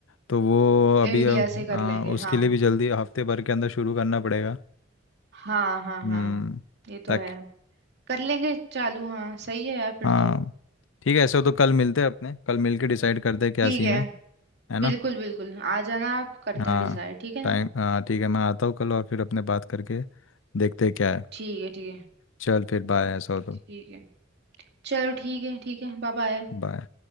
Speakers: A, on the left; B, on the right.
A: तो वो अभी
B: इंडिया
A: अब
B: से कर
A: हाँ
B: लेंगे
A: उसके
B: हाँ
A: लिए भी जल्दी हफ्ते भर के अंदर शुरू करना पड़ेगा
B: हाँ हाँ
A: हम्म
B: हाँ ये तो
A: ताकि
B: है कर लेंगे चालू हाँ सही है यार फिर
A: हाँ
B: तो
A: ठीक है ऐसा हो तो कल मिलते हैं अपने कल मिल के डिसाइड करते हैं क्या
B: ठीक
A: सीन
B: है
A: है है ना
B: बिल्कुल बिल्कुल आ जाना आप करते
A: हाँ
B: हैं डिसाइड ठीक है
A: टाइम
B: ना
A: हाँ ठीक है मैं आता हूँ कल और फिर अपने बात करके देखते हैं क्या है
B: ठीक है ठीक है
A: चल फिर बाय ऐसा हो तो
B: ठीक है चलो ठीक है ठीक है बाय बाय
A: बाय